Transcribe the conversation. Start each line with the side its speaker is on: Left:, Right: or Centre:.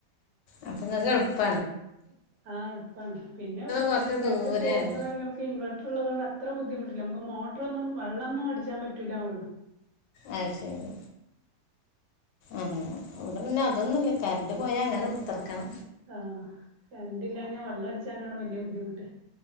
Left: അപ്പൊ നിങ്ങൊക്ക് എളുപ്പ
Right: ആ ഇപ്പം പിന്നെ
Left: കുറച്ച്
Right: കറന്റ്
Left: ദൂരെയാണ്
Right: പോകുമ്പോഴ നമുക്ക് ഇൻവർട്ടർ ഉള്ളത്കൊണ്ട് അത്ര ബുദ്ധിമുട്ടില്ല നമുക്ക് മോട്ടറൊന്നും വെള്ളൊന്നും അടിച്ചാൻ പറ്റില്ലള്ളൂ
Left: അതുശരി അങ്ങനെ ഇവിടെ പിന്നെ അതൊന്നുല്ല കറണ്ട് പോയാൽ അങ്ങനെ ഇത്രയ്ക്കും.
Right: ആഹ് കറണ്ട് ഇല്ലാഞ്ഞേ വെള്ളം അടിച്ചാലാണ് വല്യ. ബുദ്ധിമുട്ട്.